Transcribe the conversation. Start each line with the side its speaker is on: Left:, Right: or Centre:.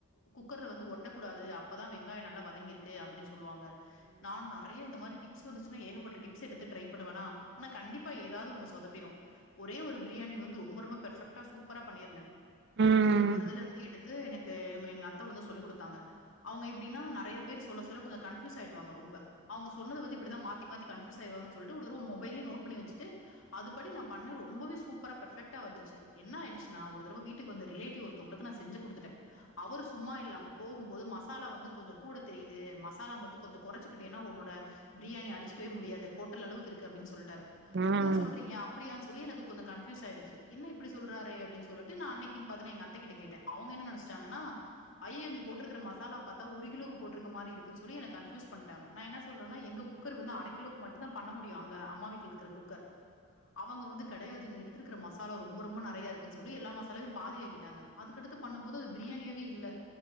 Left: குக்கர்ல வந்து ஒட்டக்கூடாது அப்பதா வெங்காய நல்லா வதங்கிருக்கு அப்டின் சொல்லுவாங்க நானு நெறைய இந்த மாரி டிப்ஸ் வந்துச்சுனா ஏகப்பட்ட டிப்ஸ் எடுத்து ட்ரை பண்ணுவனா ஆனா கண்டிப்பா ஏதாது ஒன்னு சொதப் பிரு ஒரே ஒரு பிரியாணி வந்து ரொம்ப ரொம்ப பர்ஃபெக்டா சூப்பரா பண்ணிருந்த
Right: ம் ம்
Left: ஒரு இதுல
Right: ம்
Left: இந்து எடுத்து எனக்கு இங்க எங்க அத்த வந்து சொல்லி குடுத்தாங்க அவுங்க எப்டினா நெறைய பேர் சொல்ல சொல்ல கொஞ்ச கன்ஃபியூஸ் ஆயிடுவாங்க ரொம்ப அவுங்க சொன்னது வந்து இப்டிதா மாத்தி மாத்தி கன்ஃபியூஸ் ஆயிருவாங்கன் சொல்ட்டு உடுதடவ மொபைல்லியே நோட் பண்ணி வச்சிட்டு அதுபடி நா பண்ண ரொம்பவே சூப்பரா பெர்ஃபெக்டா வந்துச்சு என்னாயிடுச்சுனா ஒரு தடவ வீட்டுக்கு வந்த ரிலேட்டிவ் ஒருத் தவுங்ளுக்கு நா செஞ்சு குடுத்துட்ட அவரு சொ சும்மா இல்லாம போகும்போது மசாலா வந்து கொஞ்ச கூட தெரிது மசாலா மட்டு கொஞ்ச கொறச்சிக்கிட்டினா ஒன்னோட பிரியாணி அடிச்சுக்கவே முடியாது ஹோட்டல் அளவுக்கு இருக்கு அப்டின் சொல்ட்டாரு
Right: ம்
Left: என்ன
Right: ம்
Left: சொல் நீங்க அப்டியான் சொல்லி எனக்கு கொஞ்ச கன்ஃபியூஸ் ஆய்டுச்சு என்ன இப்டி சொல்றாறே அப்டின் சொல்லிட்டு நா அன்னைகின் பாத்து நா எங்க அத்தைகிட்ட கேட்ட அவுங்க என்ன நெனஸ்ட்டாங்கன்னா ஐய்யியோ நீ போட்ருக்கற மசாலா பாத்தா ஒரு கிலோக்கு போட்ருக்க மாரி இருக்குன் சொல்லி என கன்ஃபியூஸ் பண்டாங்க நா என்ன சொல்றனா எங்க குப் குக்கர் வந்து அர கிலோக் மட்டுந்தா பண்ண முடியு அங்க அம்மா வீட்ல இருக்ற குக்கர் அவங்க வந்து கெடையாது நீ எடுத்ருக்கற மசாலா ரொம்ப ரொம்ப நெறைய இருக்குன் சொல்லி எல்லா மசாலாவையு பாதியாக்கிட்டாங்க அதுக்கடுத்து பண்ணும்போது அது பிரியாணியாவே இல்ல